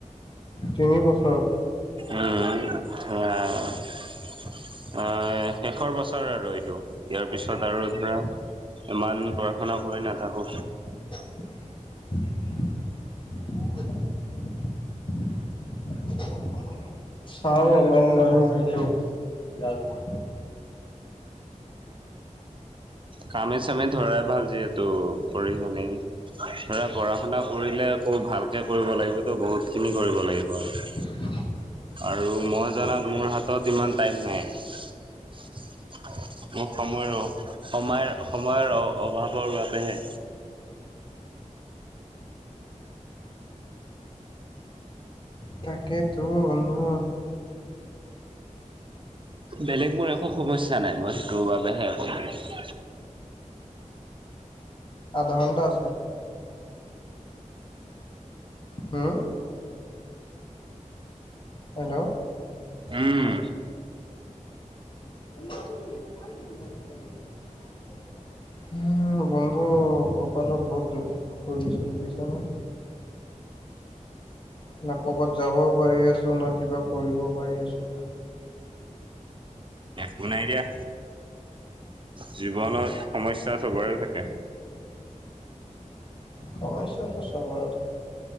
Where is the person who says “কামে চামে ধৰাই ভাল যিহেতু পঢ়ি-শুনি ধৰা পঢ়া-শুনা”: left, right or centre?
Right